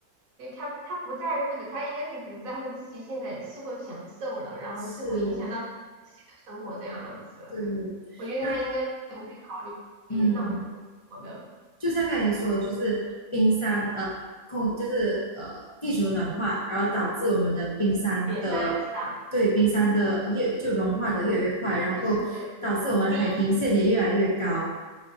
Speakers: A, on the right; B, on the left.
A: 对他，他不在乎的，他应该是只在乎自己现在是否享受了，然后是否影响到自己的生活这样子。
B: 是，对，
A: 我觉得他应该不会考虑
B: 那嗯。
A: 那么多的。
B: 就像刚才你说的，就是冰山呃空，就是呃地球暖化，然后导致我们的冰山的对冰山的越就融化的越来越快，
A: 点三是吧？
B: 然后够导致我们的海平线也越来越高。
A: 就是冰，